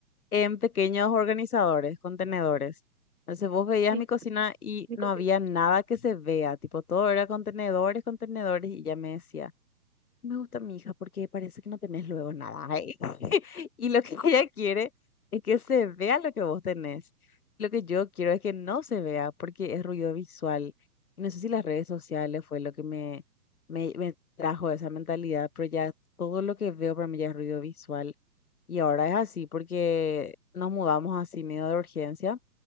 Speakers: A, on the left (about 65°); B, on the right (about 70°).
A: en pequeños organizadores, contenedores. Entonces vos veías
B: Sí,
A: mi cocina y
B: me
A: no
B: contigo.
A: había nada que se vea, tipo todo era contenedores, contenedores y ella me decía. Me gusta mi hija porque parece que no tenés luego nada. ay. <laughs> Y lo que ella quiere es que se vea lo que vos tenés. Lo que yo quiero es que no se vea porque es ruido visual. Y no sé si las redes sociales fue lo que me, me, me trajo esa mentalidad, pero ya todo lo que veo para mí ya es ruido visual. Y ahora es así porque nos mudamos así medio de urgencia